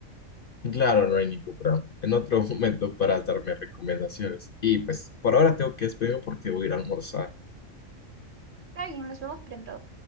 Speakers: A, on the left; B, on the right.
A: Claro, no hay ningún problema. En otro <laughs> momento para darme recomendaciones. Y pues por ahora tengo que despedirme porque voy a ir a almorzar.
B: Está bien, nos vemos pronto.